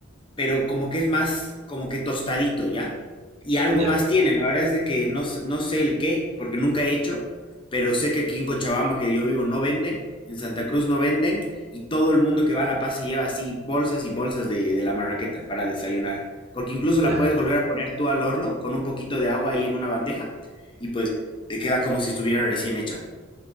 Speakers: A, on the left (about 25°); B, on the right (about 30°).
A: pero como que es más, como que tostadito, ¿ya? Y algo
B: ya,
A: más tiene, la verdad es de que no, s- no sé el qué, porque nunca he hecho, pero sé que aquí en Cochabamba, que yo vivo, no venden, en Santa Cruz no venden, y todo el mundo que va a La Paz se lleva así bolsas y bolsas de, de la marraqueta para desayunar, porque incluso
B: ya
A: la puedes
B: entiendo.
A: volver a poner tú al horno con un poquito de agua ahí en una bandeja, y pues te queda como si estuviera recién hecha.